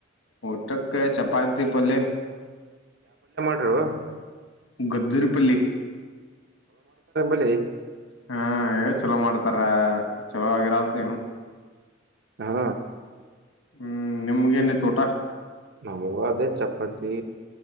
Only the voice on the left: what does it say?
ಊಟಕ್ಕ ಚಪಾತಿ ಪಲೆ
ಗಜರಿ ಪಲ್ಯ
ಹಾ ಏ ಚಲೋ ಮಾಡ್ತಾರ ಚಲೋ ಆಗಿರಲ್ ಏನು
ಹ್ಮ್ ನಿಮ್ಗೆನಿತ್ತು ಊಟ